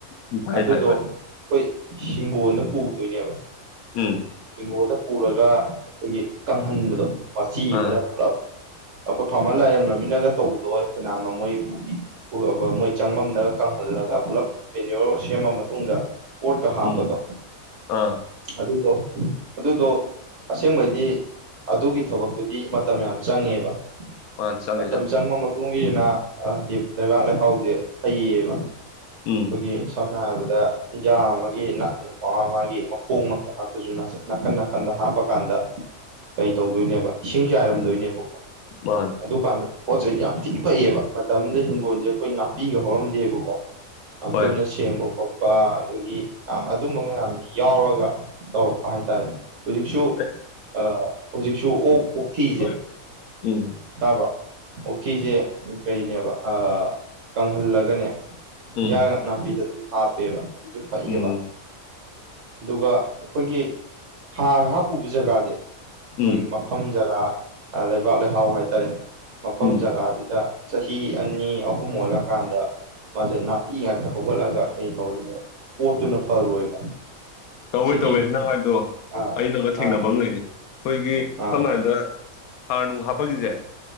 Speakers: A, on the left (about 85°); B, on the right (about 60°).
A: ꯎꯝ ꯐꯩ
B: ꯑꯗꯨꯗꯣ
A: ꯐꯩ ꯐꯩ
B: ꯑꯩꯈꯣꯏ ꯍꯤꯡꯒꯣꯟꯗ ꯄꯨꯗꯣꯏꯅꯦꯕ
A: ꯎꯝ
B: ꯍꯤꯡꯒꫭꯟꯗ ꯄꯨꯔꯒ ꯑꯩꯈꯣꯏꯒꯤ ꯀꯪꯍꯟꯕꯗꯣ ꯃꯆꯤ ꯑꯃꯗ
A: ꯑꯥ
B: ꯄꯨꯂꯞ ꯑꯈꯣꯏ ꯐꯥꯝꯃꯔ ꯂꯥꯏꯔꯦꯟ ꯃꯃꯤꯠꯅꯒ ꯇꯧꯕꯗꯣꯍꯦ <unintelligible> <unintelligible> ꯃꯣꯏ ꯆꯪꯕꯝꯝꯗꯒ ꯀꯪꯍꯜꯂꯒ ꯄꯨꯂꯞ ꯃꯦꯅꯤꯌꯣꯔ ꯁꯦꯝꯃ ꯃꯇꯨꯡꯗ ꯄꫭꯠꯀ ꯍꯥꯞꯄꯗꯣ
A: ꯎꯝ ꯑꯥ
B: ꯑꯗꯨꯗꯣ ꯑꯗꯨꯗꯣ ꯑꯁꯦꯡꯕꯩꯗꯤ ꯑꯗꯨꯒꯤ ꯊꯕꯛꯇꯨꯗꯤ ꯃꯇꯝ ꯌꯥꯝ ꯆꯪꯉꯦꯕ
A: ꯃꯥꯅꯦ ꯆꯪꯉꯦ
B: ꯃꯇꯝ
A: ꯆꯪꯉꯦ
B: ꯆꯪꯕ ꯃꯇꯨꯡ ꯏꯟꯅꯥ ꯍꯥꯏꯗꯤ ꯂꯩꯕꯥꯛ ꯂꯩꯍꯥꯎꯖꯦ ꯐꯩꯌꯦꯕ ꯑꯩꯈꯣꯏꯒꯤ
A: ꯎꯝ
B: ꯁꯝ ꯅ ꯍꯥꯏꯕꯗ ꯏꯟꯖꯥꯡ ꯑꯃꯒꯤ ꯅꯥ ꯃꯥ ꯃꯥꯒꯤ ꯃꯈꯣꯡ ꯃꯛꯇ <unintelligible> ꯅꯥꯀꯟ ꯅꯥꯀꯟꯗ ꯍꯥꯞꯄꯀꯥꯟꯗ ꯀꯩ ꯇꯧꯗꯣꯏꯅꯦꯕ ꯏꯁꯤꯡ ꯆꯥꯏꯔꯝꯗꯣꯏꯅꯦꯕ
A: ꯎꯝ ꯃꯥꯅꯦ
B: ꯑꯗꯨ ꯀꯥꯟꯗ ꯄꯣꯠ ꯆꯩꯩ ꯌꯥꯝ ꯊꯤ ꯐꯩꯌꯦꯕ ꯃꯇꯝꯗ ꯍꯤꯡꯒꯣꯟꯖꯦ ꯑꯈꯣꯏ ꯅꯥꯄꯤꯒ ꯍꯧꯔꯝꯗꯦꯕꯀꯣ ꯑꯗꯨꯅ
A: ꯍꯣꯏ
B: ꯁꯦꯡꯕ ꯈꫭꯠ ꯄ ꯑꯗꯒꯤ ꯌꯥꯝ ꯑꯗꯨꯝꯕ ꯃꯌꯥꯝ ꯌꯥꯎꯔꯒ ꯇꯧꯔꯛꯄ ꯍꯥꯏꯇꯥꯔꯦ ꯍꯨꯖꯤꯛꯁꯨ
A: ꯑꯦ
B: ꯑ ꯍꯨꯖꯤꯛꯁꯨ ꯑꯣꯛ ꯑꯣꯛꯊꯤꯖꯦ
A: ꯍꯣꯏ ꯎꯝ
B: ꯇꯥꯕ꯭ꯔꯣ ꯑꯣꯛꯊꯤꯖꯦ ꯀꯩꯅꯦꯕ
A: ꯑꯥ
B: ꯑ ꯀꯪꯍꯜꯂꯒꯅꯦ
A: ꯎꯝ
B: ꯏꯟꯖꯥꯡ ꯅꯥꯄꯤꯗ ꯍꯥꯞꯄꯦꯕ ꯑꯗꯨꯁꯨ ꯐꯩꯌꯦꯕ
A: ꯎꯝ
B: ꯑꯗꯨꯒ ꯈꯣꯏꯒꯤ ꯍꯥꯔ ꯍꯥꯞꯄꯨꯕ ꯖꯒꯥꯖꯦ
A: ꯎꯝ
B: ꯑꯩꯈꯣꯏ ꯃꯐꯝ ꯖꯒꯥ ꯂꯩꯕꯥꯛ ꯂꯩꯍꯥꯎ ꯍꯥꯏꯇꯥꯔꯦ ꯃꯐꯝ
A: ꯎꯝ
B: ꯖꯒꯥꯖꯤꯗ ꯆꯍꯤ ꯑꯅꯤ ꯑꯍꯨꯝ ꯑꯣꯜꯂꯀꯥꯟꯗ ꯃꯥꯖꯦ ꯅꯥꯄꯤ ꯉꯥꯛꯇ ꯍꯧꯒꯠꯂꯒ ꯀꯩ ꯇꯧꯅꯦꯕ ꯄꯣꯠꯇꯨꯅ ꯐꯔꯣꯏꯕ
A: ꯇꯧꯋꯦ
B: ꯁꯤꯒꯤ
A: ꯇꯧꯋꯦ ꯅꯪ ꯍꯥꯏꯗꯣ
B: ꯑꯥ
A: ꯑꯩꯅꯒ ꯊꯦꯡꯅꯕ
B: ꯑꯥ
A: ꯑꯝ ꯂꯩ ꯈꯣꯏꯒꯤ
B: ꯑꯥ
A: ꯁꯝꯅ ꯍꯥꯏꯗ ꯍꯥꯔ ꯅꯨꯅꯨ ꯍꯥꯞꯄꯒꯤꯖꯦ